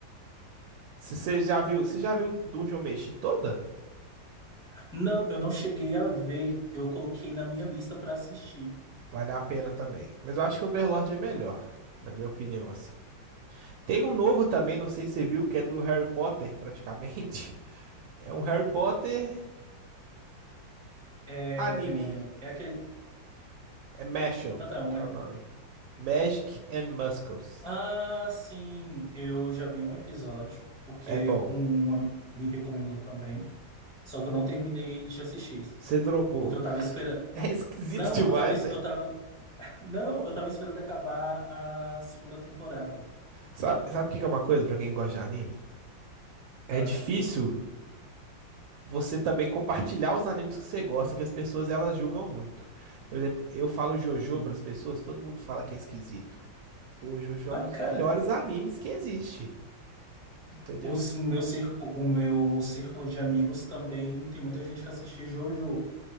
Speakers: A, on the right; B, in the centre.
A: Você já viu, você já viu Dungeon Meshi toda?
B: Não, eu não cheguei a ver. Eu coloquei na minha lista pra assistir.
A: Vale a pena também. Mas eu acho que o Overlord é melhor, na minha opinião, assim. Tem um novo também, não sei se você viu, que é do Harry Potter, praticamente. <laughs> É um Harry Potter
B: É,
A: anime.
B: é aquele.
A: É Mashle,
B: Ah, tá, é um,
A: que
B: ani-
A: é o nome. Magic and Muscles.
B: ah, sim, eu já vi um episódio, porque
A: É bom.
B: um amigo me recomendou também. Só que eu não terminei de assistir,
A: Você dropou.
B: porque eu tava
A: <laughs>
B: esperando.
A: É esquisito
B: Não,
A: demais,
B: eu tava,
A: né?
B: eu tava, Não, eu tava esperando acabar a segunda temporada.
A: Sabe, sabe o que que é uma coisa pra quem gosta de anime? É
B: Ah,
A: difícil você também compartilhar os animes que você gosta, que as pessoas elas julgam muito. Por exemplo, eu falo JoJo
B: sim.
A: pras pessoas, todo mundo fala que é esquisito. Pô, Jojo
B: Ai,
A: é um dos
B: cara,
A: melhores animes que existe, entendeu?
B: o meu círculo, o meu círculo de amigos também tem muita gente que assiste JoJo.